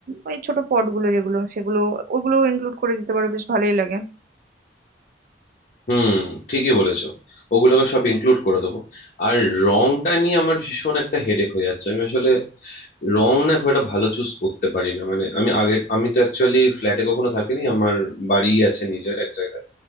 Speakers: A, on the right (about 50°); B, on the left (about 45°).
A: ওই ছোট পটগুলো যেগুলো সেগুলো ওগুলো ইনক্লুড করে দিতে পারো বেশ ভালোই লাগে
B: হুম ঠিকই বলেছো ওগুলোকে সব ইনক্লুড করে দেবো আর রংটা নিয়ে আমার ভীষণ একটা হেডেক হয়ে যাচ্ছে আমি আসলে রং না খুব একটা ভালো চুজ করতে পারি না মানে আমি আগের আমি তো অ্যাকচুয়ালি ফ্ল্যাটে কখনো থাকিনি আমার বাড়ি আছে নিজের এক জায়গায়